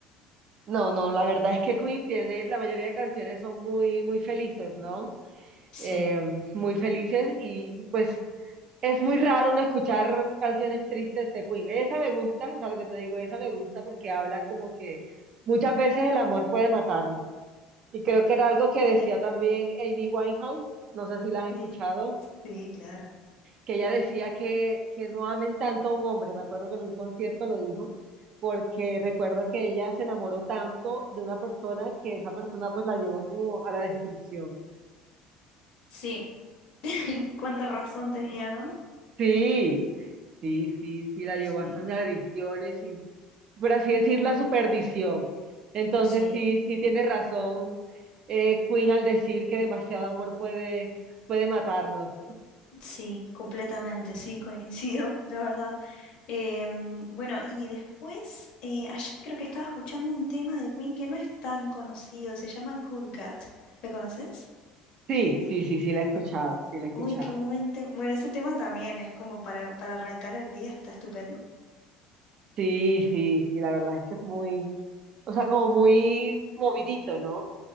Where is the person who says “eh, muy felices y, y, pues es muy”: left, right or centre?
Right